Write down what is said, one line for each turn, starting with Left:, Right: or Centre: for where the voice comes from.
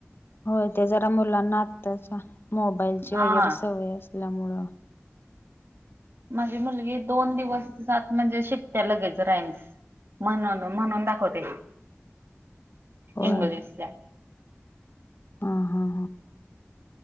Left: होय ते जरा मुलांना आताच मोबाईलची
Right: हा
Left: वगैरे सवय असते. लामुळ
Right: माझी मुलगी दोन दिवस जात म्हणजे शिकत्या लगेच रायम्स म्हणून म्हणून दाखवते.
Left: होय
Right: इंग्लिशचा
Left: हा हा